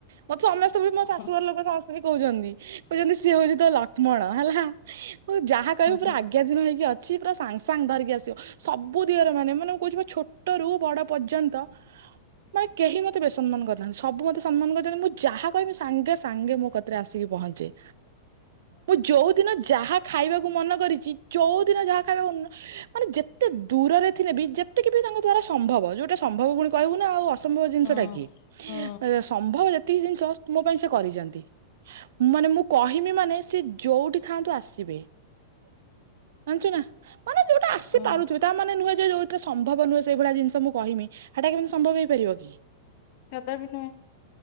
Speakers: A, on the right; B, on the left.
A: ମତେ ସମ <unintelligible> ମୋ ଶାଶୁଘର
B: ହୁଁ
A: ଲୋକ ସମସ୍ତେ ବି କହୁଛନ୍ତି କହୁଛନ୍ତି ସିଏ ହଉଚି ତ ଲକ୍ଷ୍ମଣ ହେଲା। ମୁଁ ଯାହା କହିବୁ ପୁରା
B: ହୁଁ
A: ଆଜ୍ଞା ଧିନ ହେଇକି ଅଛି ପୁରା ସାଙ୍ଗ ସାଙ୍ଗ ଧରିକି ଆସିବ। ସବୁ ଦିଅର ମାନେ ମାନେ ମୁଁ କହୁଛି ଛୋଟରୁୁ ବଡ ପର୍ଯ୍ୟନ୍ତ। ମାନେ କେହି ମୋତେ ବେ ସମ୍ମାନ କରିନାହାନ୍ତି ସବୁ ମତେ ସମ୍ମାନ କରିଛନ୍ତି ମୁଁ ଯାହା କହିମି ସାଙ୍ଗେ ସାଙ୍ଗେ ମୋ କ ରେ ଆସିକି ପହଞ୍ଚେ।
B: ସାଙ୍ଗେ
A: ମୁଁ ଯୋଉ ଦିନ ଯାହା ଖାଇବାକୁ ମନ କରିଚି ଯୋଉଦିନ ଯାହା ଖାଇବାକୁ ମାନେ ଯେତେ ଦୂରରେ ଥିଲେ ବି ଯେତିକି ବି ତାଙ୍କ ଦ୍ଵାରା ସମ୍ଭବ ଯୋଉଟା ସମ୍ଭବ ପୁଣି କହିବୁ ନା ଆଉ। ଅସମ୍ଭବ ଜିନିଷଟା
B: ହୁଁ
A: କି
B: ହୁଁ
A: ଏ ସମ୍ଭବ ଯେ ତିକି ଜିନିଷ ମୋ ପାଇଁ ସେ କରିଛନ୍ତି ମାନେ ମୁଁ କହିମି ମାନେ ସେ ଯୋଉଠି ଥାଆନ୍ତୁ ଆସ ଜାଣିଛୁ ନା ମାନେ ଯୋଉଟା ଆସି
B: ହୁଁ
A: ପାରୁଥିବେ ତା ମାନେ ନୁହେଁ ଯଉଥା ସମ୍ଭବ ନୁହେଁ ସେଇ ଭଳି ଜିନିଷ ମୁଁ କହିମି ହେଟା କେମିତି ସମ୍ଭବ ହେଇପାରିବ କି।
B: ସାଧା ବି ନୁହେଁ